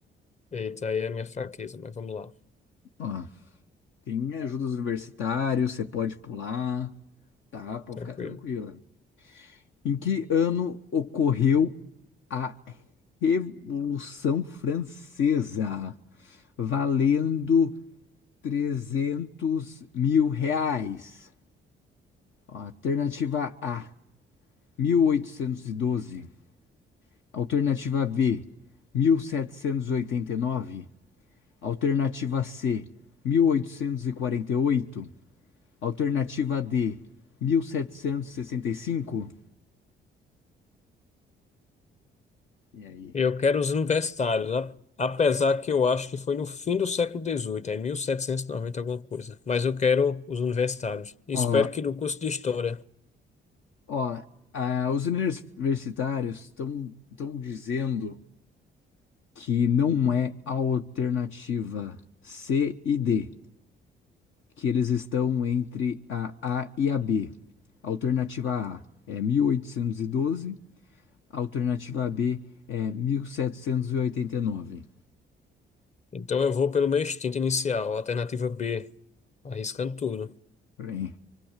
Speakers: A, on the left; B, on the left.
A: Eita, aí é a minha fraqueza, mas vamos lá,
B: Ó, tem ajuda dos universitários, você pode pular. Tá, pode
A: tranquilo.
B: ficar tranquila. Em que ano ocorreu a Revolução Francesa, valendo trezentos mil reais? Alternativa A, 1812. Alternativa B, mil setecentos e e oitenta e nove. Alternativa C, mil oitocentos e e quarenta e oito. Alternativa D, 1765. E sessenta e cinco. E aí?
A: Eu quero os universitários, a- apesar que eu acho que foi no fim do século XVIII, é 1790 alguma coisa. Mas eu quero os universitários. Espero
B: Ó,
A: que do curso de História.
B: Ó, ah, os universitários estão estão dizendo que não é a alternativa C e D, que eles estão entre a A e a B. Alternativa A é 1812, alternativa B é mil setecentos e e oitenta e nove.
A: Então eu vou pelo meu instinto inicial, alternativa B, arriscando tudo.
B: Bem,